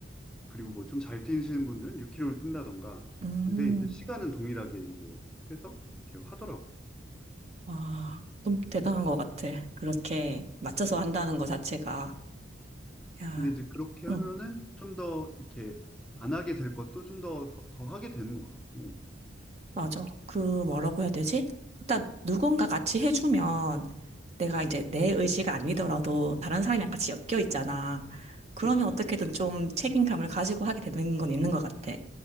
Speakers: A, in the centre; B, on the right (about 35°).
A: 그리고 뭐 좀 잘 뛰시는 분들은 6km를 뛴다던가
B: 음.
A: 근데 이제 시간은 동일하게 이제 해서 이렇게 하더라고.
B: 와, 좀 대단한 것 같아. 그렇게 맞춰서 한다는 것 자체가. 야,
A: 근데 이제 그렇게 하면은
B: 응.
A: 좀 더 이렇게 안 하게 될 것도 좀 더 더 하게 되는 것 같고.
B: 맞아. 그 뭐라고 해야 되지? 일단 누군가 같이 해주면 내가 이제 내 의지가 아니더라도 다른 사람이랑 같이 엮여 있잖아. 그러면
A: 그치.
B: 어떻게든 좀 책임감을 가지고 하게 되는 건 있는 것 같아.